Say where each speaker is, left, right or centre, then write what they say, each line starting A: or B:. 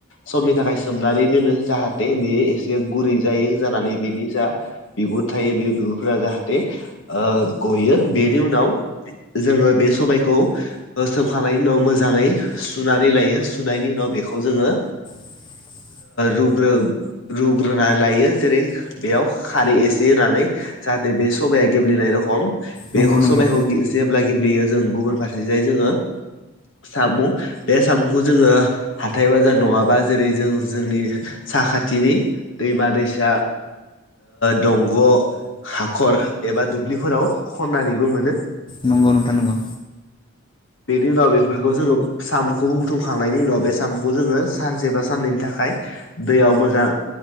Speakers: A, on the left; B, on the left.
A: समनि थाखाय। सोमनानै दोनो जाहाथे बेयो एसे गुरै जायो जानानै बेनि जा बिगुर थायो बे बिगुर गुरफोरा जाहाथे गयो बेनि उनाव जोङो बे सबायखौ। सोमखांनायनि उनाव मोजाङै सुनानै लायो सुनायनि उनाव बेखौ जोङो।
B: <inaudible>
A: रुग्रो। रुग्रोना लायो जेरै बेयाव खारै एसे होनानै जाहाथे बे सबाया गेब्लेनाय रखम।
B: नंगौ
A: बे
B: नंगौ
A: सबायखौ जेब्ला गेब्लेयो जों गुबुन फारसे जाय जोङो। साम' बे साम'खौ जोङो हाथाय बाजार नङाबा जेरै जों जोंनि साखाथिनि दैमा-दैसा दंग' हाखर एबा दुब्लिफोराव खन्नानैबो मोनो
B: नंगौ नोंथां नंगौ।
A: बेनि उनाव बेफोरखौ जोङो साम'खौबो बुथुमखांनायनि उनाव बे साम'खौ जोङो सानसे बा साननैनि। थाखाय दैयाव मोजां।